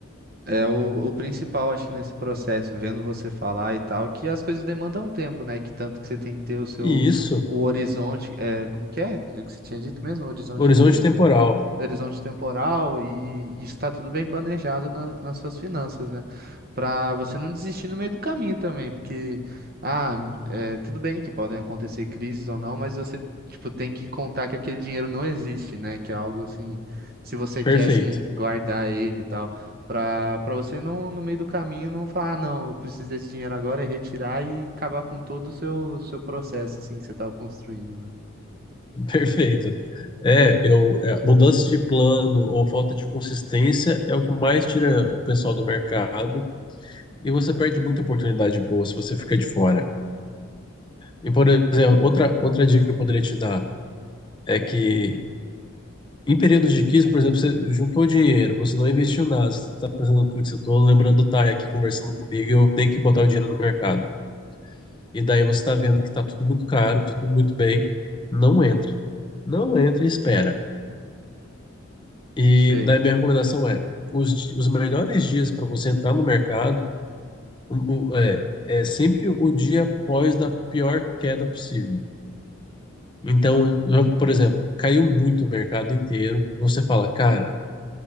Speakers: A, on the right; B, on the left.
A: É o, o principal, acho que nesse processo, vendo você falar e tal, que as coisas demandam tempo, né? Que tanto que você tem que ter o seu
B: E isso,
A: o horizonte, é, como que é? O que você tinha dito mesmo? O horizonte
B: horizonte temporal,
A: horizonte temporal e, e está tudo bem planejado na- nas suas finanças, né? Para você não desistir no meio do caminho também, porque ah, é, tudo bem que podem acontecer crises ou não, mas você tipo tem que contar que aquele dinheiro não existe, né? Que é algo assim, se você
B: perfeito,
A: quer assim guardar ele e tal, para para você não no meio do caminho não falar, ah, não, eu preciso desse dinheiro agora e retirar e acabar com todo o seu seu processo assim que você estava construindo, né?
B: <laughs> perfeito. É, eu, é, mudança de plano ou falta de consistência é o que mais tira o pessoal do mercado e você perde muita oportunidade boa se você fica de fora. E, por exemplo, outra, outra dica que eu poderia te dar é que em períodos de crise, por exemplo, você juntou dinheiro, você não investiu nada, você está pensando, putz, eu estou lembrando do Thay aqui conversando comigo, eu tenho que botar o dinheiro no mercado. E daí você está vendo que está tudo muito caro, tudo muito bem, não entra. Não entra e espera. E
A: Sei,
B: daí minha recomendação é, os, di- os melhores dias para você entrar no mercado um- o- é, é sempre o dia após da pior queda possível. Então, eu- por exemplo, caiu muito o mercado inteiro. Você fala, cara,